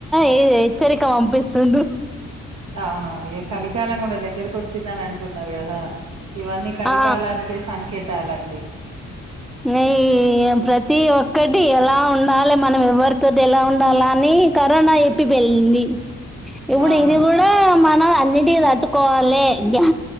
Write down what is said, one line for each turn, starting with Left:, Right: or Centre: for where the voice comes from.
Centre: ఏ హెచ్చరిక పంపిస్తుడు
Right: అవునవును ఇక కలికాలం కూడా దగ్గరకు వచ్చిందని అంటున్నారు కదా ఇవన్నీ కలికాలానికె
Centre: ఆ
Right: సంకేతాలండి
Centre: ఇక ఈ ప్రతి ఒక్కటి ఎలా ఉండాలి మనం ఎవరితోటి ఎలా ఉండాల అని కరోనా చెప్పి వెళ్ళంది ఇప్పుడు
Right: అవును
Centre: ఇది కూడా మన అన్నిటికి తట్టుకోవాలె గ్యా